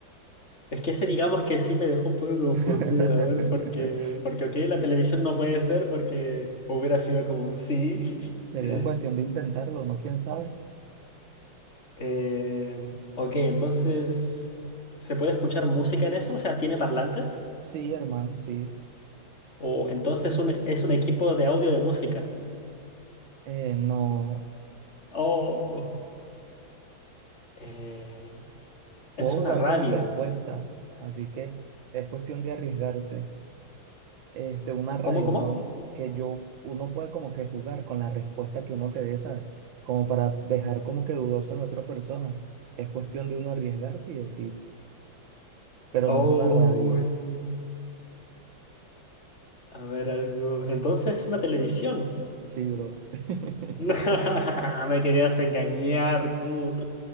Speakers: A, on the left; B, on the right.
A: Es que ese digamos que sí me dejó un poco confundido,
B: <laughs>
A: a ver, porque, porque ok, la televisión no puede ser porque hubiera sido como un sí.
B: Sería
A: <laughs>
B: cuestión de intentarlo, ¿no? ¿Quién sabe?
A: Em, ok, entonces, ¿se puede escuchar música en eso? O sea, ¿tiene parlantes?
B: Sí, hermano, sí.
A: O entonces un- es un equipo de audio de música.
B: Eh, no
A: Oh, eh, es
B: puedo
A: una
B: jugar
A: radio.
B: con las respuestas, así que es cuestión de arriesgarse. este, una radio,
A: ¿Cómo, cómo?
B: ¿no? Que yo, uno puede como que jugar con la respuesta que uno te dé, ¿sabes? Como para dejar como que dudoso a la otra persona. Es cuestión de uno arriesgarse y decir, pero
A: Oh,
B: no es una radio.
A: a ver algo. Entonces, una televisión.
B: Sí, bro. <laughs>
A: <laughs> Me querías engañar tú.